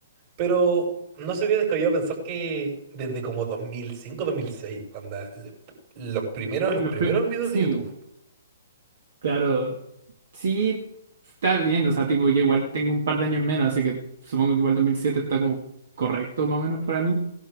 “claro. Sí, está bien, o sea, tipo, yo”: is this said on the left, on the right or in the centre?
Right